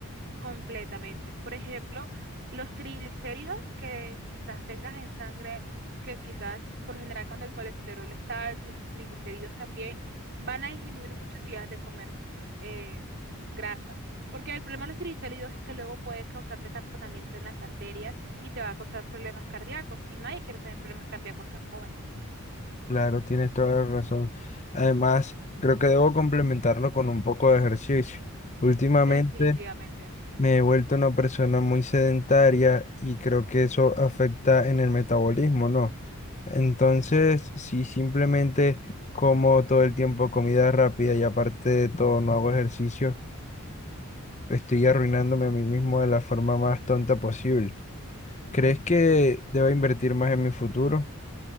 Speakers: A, on the right (about 50°); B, on the left (about 30°).
A: Completamente. Por ejemplo, los triglicéridos que quizás tengas en sangre, que quizás por lo general cuando el colesterol está alto, los triglicéridos también van a disminuir mucho si dejas de comer eh, grasas. Porque el problema de los triglicéridos es que luego puede causarte taponamiento en las arterias y te va a causar problemas cardíacos y nadie quiere tener problemas cardíacos tan joven.
B: Claro, tienes toda la razón. Además, creo que debo complementarlo con un poco de ejercicio. Últimamente
A: Definitivamente.
B: Me he vuelto una persona muy sedentaria y creo que eso afecta en el metabolismo, ¿no? Entonces, si simplemente como todo el tiempo comida rápida y aparte de todo no hago ejercicio, estoy arruinándome a mí mismo de la forma más tonta posible. ¿Crees que debo invertir más en mi futuro?